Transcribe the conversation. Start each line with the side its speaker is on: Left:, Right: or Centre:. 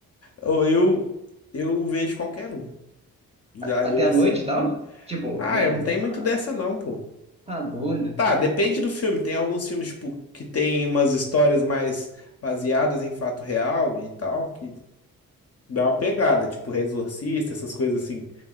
Left: Ou eu, eu vejo qualquer um. Já
Right: Até
Left: eu,
Right: à
Left: assim.
Right: noite e tal? Tipo,
Left: Ah,
Right: man,
Left: eu não tenho
Right: ah,
Left: muito dessa, não, pô.
Right: tá doido?
Left: Tá, depende do filme. Tem alguns filmes, tipo, que tem umas histórias mais baseadas em fato real e tal, que dá uma pegada, tipo, Exorcista, essas coisas assim,